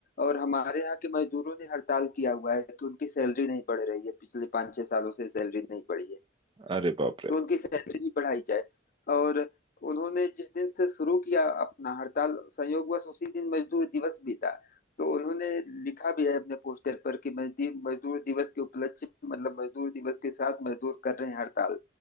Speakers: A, on the left; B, on the right.
A: और हमारे यहाँ के मजदूरों ने हड़ताल किया हुआ है कि उनकी सैलरी नहीं बढ़ रही है पिछले पाँच छह सालों से सैलरी नहीं बढ़ी है
B: अरे बाप रे
A: तो उनकी सैलरी भी बढ़ाई जाए और उन्होंने जिस दिन से शुरू किया अपना हड़ताल संयोगवश उसी दिन मजदूर दिवस भी था तो उन्होंने लिखा भी है अपने पोस्टर पर कि मजदी- मजदूर दिवस के उपलक्ष्य मतलब मजदूर दिवस के साथ मजदूर कर रहे हैं हड़ताल